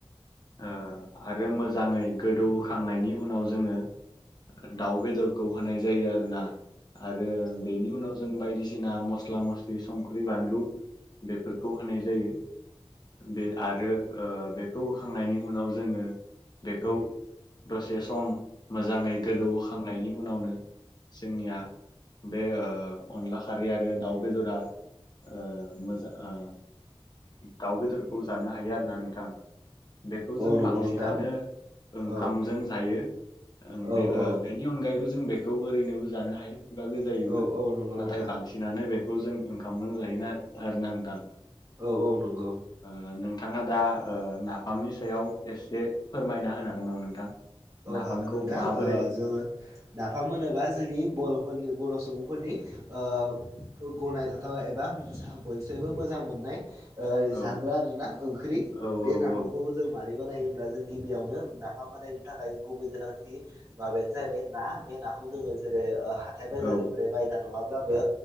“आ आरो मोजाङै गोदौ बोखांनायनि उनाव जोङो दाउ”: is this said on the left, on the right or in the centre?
Left